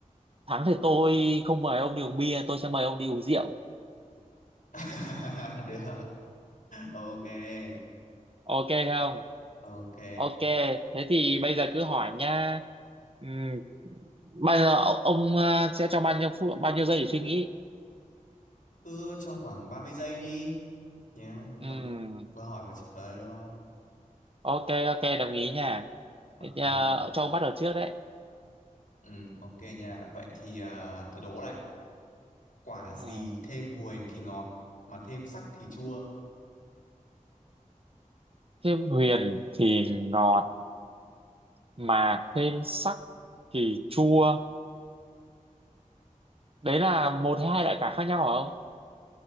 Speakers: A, on the right; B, on the left.
A: thắng thì tôi không mời ông đi uống bia, tôi sẽ mời ông đi uống rượu.
B: <laughs> Được. Ok.
A: Ok không?
B: Ok.
A: Ok, thế thì bây giờ cứ hỏi nha. Ừm, bao giờ ông, ông ờ, sẽ cho bao nhiêu phút, bao nhiêu giây để suy nghĩ?
B: Cứ cho khoảng 30 giây đi. Nhá.
A: Ừm.
B: Ờ, Vừa hỏi vừa trả lời luôn.
A: ok ok đồng ý nha
B: Ok.
A: Thế thì, ờ, cho ông bắt đầu trước đấy
B: Ừ, ok nha. Vậy thì à, tôi đố này. Quả
A: ừ.
B: gì thêm huyền thì ngọt, mà thêm sắc thì chua.
A: thêm huyền thì ngọt mà thêm sắc thì chua đấy là một hay hai loại cả khác nhau hả